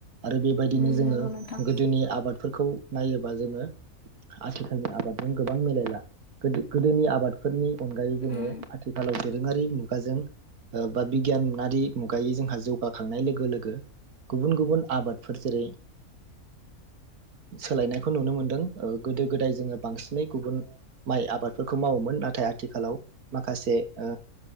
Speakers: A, on the right; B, on the left.
A: आरो बेबायदिनो
B: उम
A: जोङो
B: नंगौ नोंथां
A: गोदोनि आबादफोरखौ नायोबा जोङो आथिखालनि आबादजों गोबां मिलायला गोदो गोदोनि आबादफोरनि अनगायै जोङो
B: उम
A: आथिखालाव दोरोङारि मुगाजों बा बिगियानारि मुगायै जोंहा जौगाखांनाय लोगो लोगो गुबुन गुबुन आबादफोर जेरै सोलायनायखौ नुनो मोनदों गोदो गोदाय जोङो बांसिनै गुबुन माइ आबादफोरखौ मावोमोन नाथाय आथिखालाव माखासे ओ